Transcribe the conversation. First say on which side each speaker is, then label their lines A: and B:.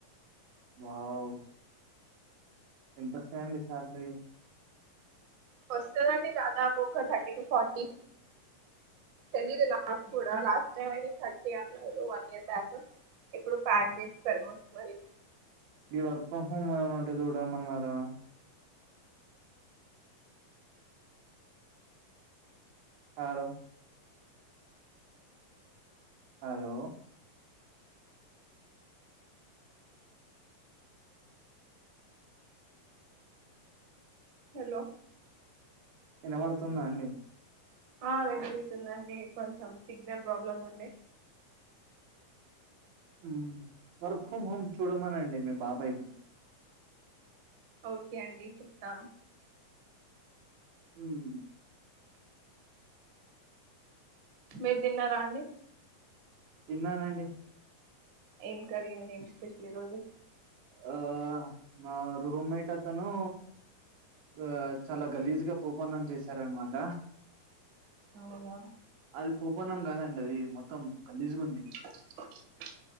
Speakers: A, on the right (about 80°); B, on the right (about 55°).
A: వావ్ ఎంతోస్తాయండి సాలరీ
B: వస్తాదండీ దాదాపొక్క థర్టీ టు ఫార్టీ తెలీదు నాకు కూడా లాస్ట్ టైమ్ అయితే థర్టీ అన్నారు వన్ ఇయర్ బ్యాక్ ఇప్పుడు ప్యాకేజ్ పెరగొచ్చు మరి
A: ఈ వర్క్ ఫ్రమ్ హోమ్ ఏమైనా ఉంటే చూడామన్నారా హలో హలో
B: హలో
A: వినబడుతున్ద అండి
B: ఆ వినిపిస్తుందండి కొంచెం సిగ్నల్ ప్రాబ్లమ్ ఉండే
A: హ్మ్ వర్క్ ఫ్రమ్ హోమ్ చూడమనండి మీ బాబాయ్ కి
B: ఓకే అండి చెప్తాను
A: ఉమ్
B: మీరు తిన్నారా అండి
A: తిన్నానండి
B: ఎం కరీ అండి ఏంటి స్పెషల్ ఈరోజు
A: ఆ నా రూమ్మేట్ అతను ఆ చాలా గలీజుగా పోపన్నం చేసారనమాట
B: అవునా
A: అది పోపన్నం కాదండి అది మొత్తం కలిజ్కుంది
B: ఓకే